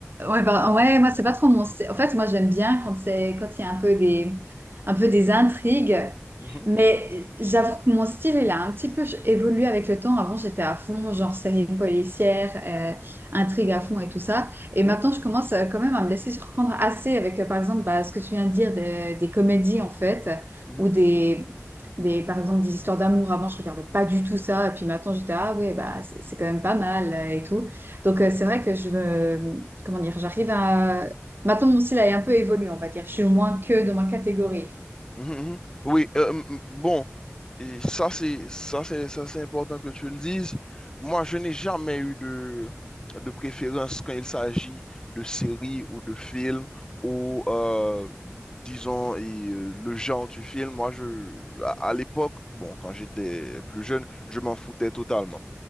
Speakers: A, on the right; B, on the left.
A: ouais, bah, ouais, moi c'est pas trop mon. sty- En fait, moi j'aime bien quand c'est quand il y a un peu des un peu des intrigues.
B: Mhm,
A: Mais j'avoue que mon style, il a un petit peu ch- évolué avec le temps. Avant, j'étais à fond, genre série policière, euh, intrigue à fond et tout ça. Et
B: mhm,
A: maintenant, je commence euh, quand même à me laisser surprendre assez avec, euh, par exemple, bah, ce que tu viens de dire des des comédies, en fait,
B: mhm,
A: ou des, des, par exemple, des histoires d'amour. Avant, je regardais pas du tout ça. Et puis maintenant, j'étais, ah ouais, bah, c'est c'est quand même pas mal euh, et tout. Donc, euh, c'est vrai que je me, comment dire, j'arrive à... Maintenant, mon style a un peu évolué, on va dire. Je suis moins que dans ma catégorie.
B: mhm, mhm. Oui, euh, m- m- bon. Et ça, c'est, ça, c'est, ça, c'est important que tu le dises. Moi, je n'ai jamais eu de, de préférence quand il s'agit de séries ou de films ou, euh, disons, et, euh, le genre du film. Moi, je, à à l'époque, bon, quand j'étais plus jeune, je m'en foutais totalement.